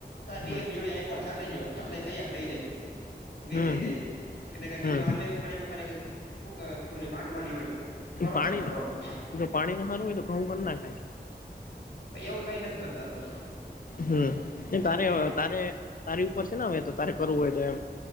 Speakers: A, on the left; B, on the left.
A: જોડ
B: હમ
A: <unintelligible> એકવાર ચાંટી દયો એટલે તૈયાર થઈ જાય વેચાય
B: હમ
A: જાય એમ. એને કઈ બીજું
B: હમ
A: હાર્વેસ્ટમાં ને એમાં વાટવાની હોય. પરોઠા
B: પાણી,
A: કરવાના
B: જો પાણી નુ હારુ હોય તો ઘઉ કર નાખાય.
A: પણ એવું કઈ નથી કરતા આ લોકો.
B: હ એ
A: કેમ
B: તારે
A: કે એમાં પછી
B: તારે તારી ઉપર છે ને હવે તો, તારે કરવું હોય તો એમ.?